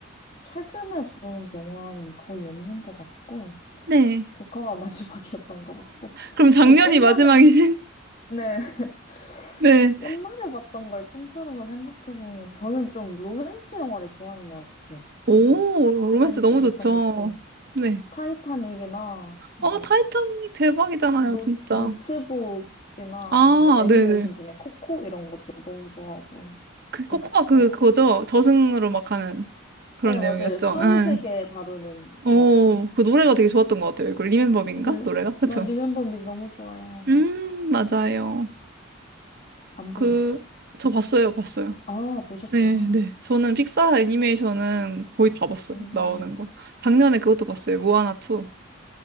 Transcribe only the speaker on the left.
최근에 본 영화는 거의 없는 것 같고,
조커가 <laughs> 마지막이었던 것 같고,
옛날에,
네, <laughs>
옛날에 봤던 걸 통틀어서 생각해보면, 저는 좀 로맨스 영화를 좋아하는 것 같아요. 그래서
재밌게
봤던
것도,
타이타닉이나, 뭐,
노,
노트북이나
아니면 애니메이션
중에 코코 이런 것도 너무 좋아하고,
그렇게
봤던
것
같아요.
네,
맞아요. 사오세계
다루는
이야기.
사실,
말 리멤버 미 너무 좋아요.
안
보셨죠?
아, 보셨구나.
음,